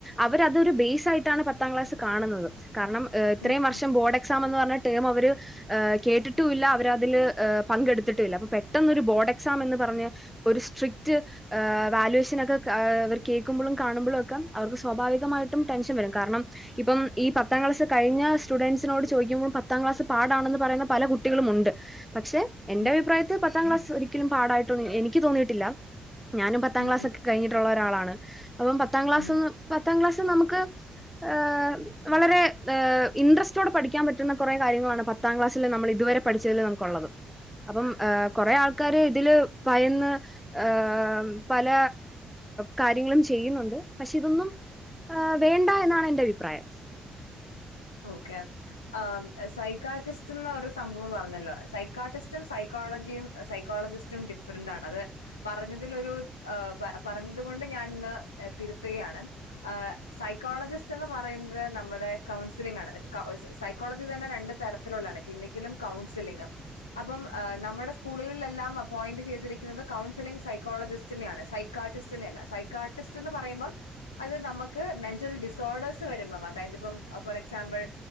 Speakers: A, in the centre; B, on the left (about 85°).
A: അവരതൊരു ബേസ് ആയിട്ടാണ് പത്താംക്ലാ സ് കാണുന്നത്. കാരണം ഇത്രയും
B: ഉം
A: വർഷം
B: ഉം
A: ബോർഡ് എക്സാം എന്ന് പറഞ്ഞ ടേം അവര് കേട്ടിട്ട ട്ടുല്ല. അവരതില് പങ്കെടുത്തിട്ടുമില്ല, അപ്പൊ പെട്ടെന്നൊരു ബോർഡ് എക്സാം എന്ന് പറഞ്ഞ് ഒരു സ്ട്രിക്റ്റ് ഹ് വാാലുവേഷൻ ഒക്കെ അവർ കേൾക്കുമ്പോഴും, കാണുമ്പോഴും ഒക്കെ. അവർക്ക് സ്വാഭാവികമായിട്ടും ടെൻഷൻ വരും കാരണം. ഇപ്പം ഈ പത്താം ക്ലാസ് കഴിഞ്ഞ സ്റ്റുഡന്റ്സോട് ചോദിക്കുമ്പോ പത്താംക്ലാസ് പാടാണെന്ന് പറയുന്ന പല കുട്ട കുട്ടികളും ഉണ്ട്.. പക്ഷെ എന്റെ
B: ഉം
A: അഭിപ്രായത്തില് പത്താം ക്ലാസ്സ് ഒരിക്കലും പാടായിട്ടൊന്നും എനിക്ക് തോന്നിയിട്ടില്ല ഞാനും പത്താം
B: ഉം
A: ക്ലാസ്
B: ഉം
A: ഒക്കെ കഴിഞ്ഞിട്ടുള്ള ഒരാളാണ് അപ്പം പത്താം ക്ലാസ്
B: ഉം
A: പത്താം ക്ാസ് നമുക്ക് ഏ വളരെ ഏ ഇൻട്രസ്റ്റോടെ പഠിക്കാൻ പറ്റുന്ന കുറേ കാര്യങ്ങളണ് പത്ത് പത്താം ക്ലാസ്സിൽ നമ്മൾ ഇതുവരെ പഠിച്ചതിൽ നമുക്കുള്ളതും അപ്പം കൊറെേ ആൾക്കാര് ഇതില് പയന്ന് ഹ പല കാര്യങ്ങളും ചെയ്യുന്നുണ്ട് പക്ഷെ ഇതൊന്നും വേണ്ട എന്നാണ് എന്റെ അഭിപ്രായം
B: ഓക്കെ ആ സൈക്കാർട്ടിസ്റ്റ്ന്ന് ഒരു സംഭവം പറഞ്ഞല്ലോ സൈക്കാർട്ടിസ്റ്റും സൈക്കോ ക്കോളജിയും സൈകോളജിസ്റ്റും ഡിഫ്റെന്റ് ആണ്.. അത് പറഞ്ഞതിൽ ഒരു ആ പറഞ്ഞതുകൊണ്ട് ഞാൻ ന്ന് തിരുത്തുകയാണ് ആ സൈകോളജിസ്റ്റ് എന്ന് പറയുന്നത് നമ്മുടെ കൗൺ സിലിങ്ങാണ് അറ്റ് ഒ അ സൈയ്ക്കോളജിതന്നെ രണ്ടു തരത്തിലുള്ളണ് ക്ലിനിക്കലും കൗൺസിലിംങും അപ്പം ആ നമ്മുടെ സ്കൂളുകളിലെല്ലാം അപ്പോയിന്റ് ചെയ്തിരിക്കുന്നത് കൗൺസിലി്ങ് സൈക്കോളജിസ്റ്റിനെയാണ് സൈക്കാർട്ടിസ്റ്റിനെയല്ല സൈകാർട്ടിസ്റ്റു എന്നു പറയുംബം അത് നമുക്ക് മെന്റൽ ഡിസ്വർഡേഴ്‌സ് വരുമ്പോ അതായത് ഇപ്പൊ ഫോർ എക് എക്സാമ്പിൾ